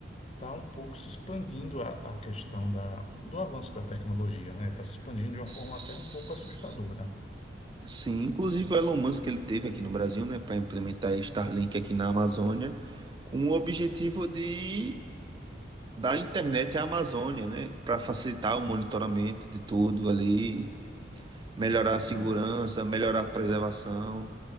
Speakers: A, on the left; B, on the right.
A: está um pouco se expandindo a, a questão da, do avanço da tecnologia, né? Está se expandindo de uma
B: S-
A: forma até um pouco assustadora.
B: Sim, inclusive o Elon Musk ele teve aqui no Brasil, né, para implementar Starlink aqui na Amazônia, com o objetivo de dar internet à Amazônia, né, para facilitar o monitoramento de tudo ali, melhorar
A: Exatamente.
B: a segurança, melhorar a preservação.